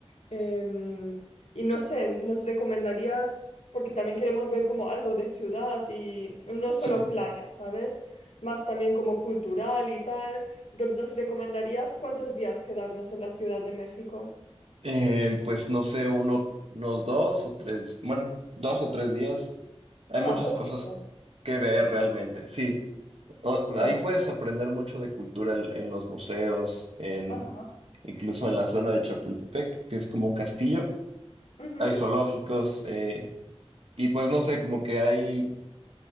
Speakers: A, on the left; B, on the right.
A: Em, y no sé, ¿nos recomendarías, porque también queremos ver como algo de ciudad y no solo
B: sí,
A: playa, ¿sabes? Más también como cultural y tal. Entonces, ¿nos recomendarías cuántos días quedarnos en la Ciudad de México?
B: Eh, pues no sé, uno, unos dos o tres, bueno, dos o tres días. Hay
A: Ah,
B: muchas
A: poquito.
B: cosas que ver realmente. Sí, O-
A: Vale.
B: Ahí puedes aprender mucho de cultura en, en los museos, en,
A: Ajá.
B: incluso en la zona de Chapultepec, que es como un castillo.
A: Ujú.
B: Hay zoológicos, eh, y pues no sé, como que hay